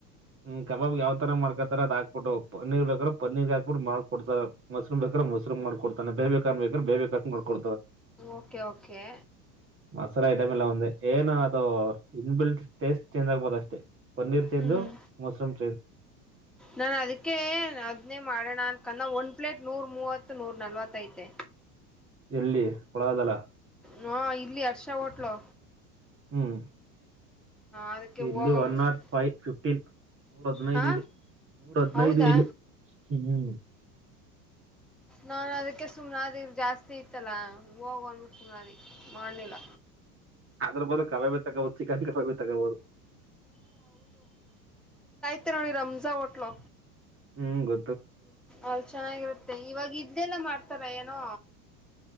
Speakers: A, on the right; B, in the centre.
A: ಹ್ಮ್ ಕಬಾಬ್ ಯಾವ್ ತರ ಮಾಡ್ಕತಾರೆ ಅದ ಹಾಕ್ಬಿಟ್ಟು ಪನೀರ್ ಬೇಕ್ರ ಪನ್ನೀರ್ ಹಾಕ್ಬಿಟ್ಟು ಮಾಡ್ಕೊಡ್ತಾರೆ ಮಶ್ರೂಮ್ ಬೇಕಾದರೆ ಮಶ್ರೂಮ್ ಮಾಡ್ ಕೊಡ್ತನೇ ಬೇಬಿ ಕಾರ್ನ್ ಬೇಕು ಆದರೆ ಅದೇ ಮಾಡಿ ಕೊಡ್ತಾರೆ
B: ಓಕೆ ಓಕೆ
A: ಮಸಾಲ ಐಟಮ ಎಲ್ಲ ಒಂದ ಏನೋ. <unintelligible> ಇನ್ ಬಿಲ್ಟ್ ಟೇಸ್ಟ್ ಚೇಂಜ್ ಆಗಬಹುದು ಅಷ್ಟೇ ಪನ್ನೀರ್ ಚೇಂಜ್
B: ಹ್ಮ್
A: ಮಶ್ರೂಮ್
B: ನಾನು ಅದಕ್ಕೆ ಅದನ್ನೇ ಮಾಡೋಣ ನೋಡ್ಕಣ್ಣ ಒಂದ್ ಪ್ಲೇಟ್ ನೂರ್ ಮೂವತ್ತು ನೂರ್ ನಲ್ವತ್ತ ಐತೆ
A: ಎಲ್ಲಿ ಕೊಡಲ್ಲ ಅಲ್ಲ
B: ಹಾ ಇಲ್ಲಿ ಹರ್ಷಾ ಹೋಟ್ಲು
A: ಹ್ಮ್.
B: ಅದಕ್ಕೆ
A: ಇಲ್ಲಿ
B: ಹೋಗಂಬಿಟ್ಟು
A: ಒನ್ ನಾಟ್ ಫೈವ್ ಫಿಫ್ಟೀನ್ ನೂರ ಹದಿನೈದು
B: ಹಾ
A: ಇಲಿ ನೂರ ಹದಿನೈದು
B: ಹೌದಾ
A: ಇಲಿ ಹ್ಮ
B: ನಾನ ಅದಕ್ಕೆ ಸುಮ್ನೆಾದಿ ಜಾಸ್ತಿ ಇತ್ತಲ್ಲ ಹೋಗ್ ಅಂದ್ಬುಟ್ ಸುಮ್ಮನಾದೆ ಮಾಡಲಿಲ್ಲ.
A: ಅದ್ರು ಬದ್ಲು ಕಲವೆ ಚಿಕನ್ ಕಬಾಬೆ ತಗೋಬೋದು.
B: ತ್ತೆ ನೋಡಿ ರಮ್ಜಾ ಹೋಟ್ಲು.
A: ಹ್ಮ್ ಗೊ
B: ಅಲ್ ಚೆನ್ನಾಗಿರುತ್ತೆ ಇವಾಗ ಇದ್ದೆಲ್ಲ ಮಾಡ್ ತ್ತವೆ ಏನೋ